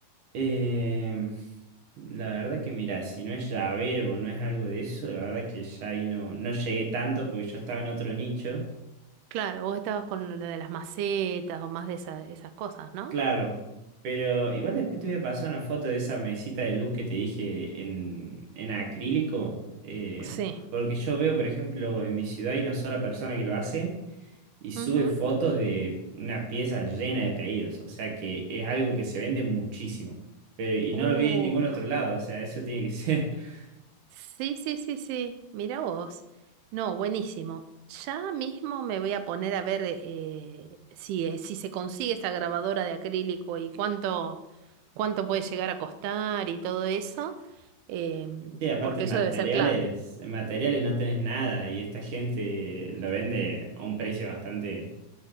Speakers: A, on the right; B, on the right.
A: Eh, la verdad que mira, si no es llavero o no es algo de eso, la verdad que ya ahí no, no llegué tanto porque yo estaba en otro nicho.
B: Claro, vos estabas con lo de las macetas o más de esa- esas cosas, ¿no?
A: Claro, pero igual después te voy a pasar una foto de esa mesita de luz que te dije en, en acrílico, eh,
B: Sí.
A: porque yo veo, por ejemplo, en mi ciudad hay una sola persona que lo hace y sube
B: Ujú.
A: fotos de una pieza llena de pedidos, o sea que es algo que se vende muchísimo, pero y
B: Uf.
A: no lo vi en ningún otro lado, o sea, eso tiene que ser. <laughs>
B: Sí, sí, sí, sí. Mira vos. No, buenísimo. Ya mismo me voy a poner a ver eh, si, eh, si se consigue esta grabadora de acrílico y cuánto, cuánto puede llegar a costar y todo eso, em,
A: Sí, aparte
B: porque
A: en
B: eso
A: materiales,
B: debe ser clave.
A: en materiales no tenés nada y esta gente lo vende a un precio bastante